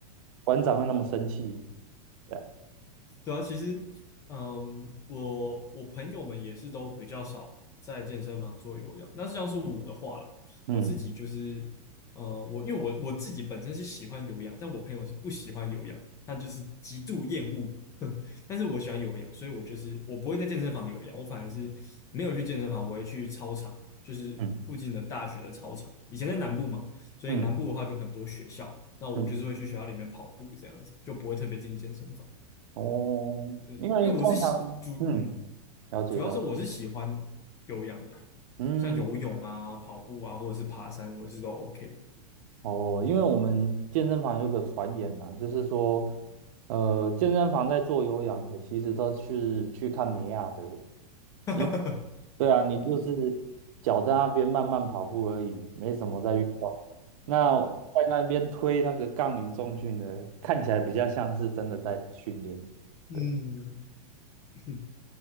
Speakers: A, on the right; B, on the left.
A: 馆长会那么生气。对啊
B: 对啊，其实，嗯，我我朋友们也是都比较少在健身房做有氧。那是像是我的话啦，
A: 嗯
B: 我自己就是，呃，我因为我我自己本身是喜欢有氧，但我朋友是不喜欢有氧，他就是极度厌恶。<laughs> 但是我喜欢有氧，所以我就是我不会在健身房有氧，我反而是没有去健身房，我会去操场，就是附近的大学的操场。
A: 嗯
B: 以前在南部嘛，所以南部的话就很多学校，
A: 嗯
B: 那我就是会去学校里面跑步这样子，
A: 嗯，
B: 就不会特别进健身房。
A: 哦，
B: 对，
A: 因为通常，
B: 因为我是喜主嗯，
A: 嗯，了解了解，
B: 主要是我是喜欢有氧的，
A: 嗯，
B: 像游泳啊、跑步啊，或者是爬山，我是都 OK 的。
A: 哦，因为我们健身房有一个传言呐、就是说，呃，健身房在做有氧的，其实都是去看美亚的。
B: <laughs>
A: 因为。对啊，你就是脚在那边慢慢跑步而已，没什么在运动。那在那边推那个杠铃重训的，看起来比较像是真的在训练。
B: 嗯，
A: 对，
B: <laughs>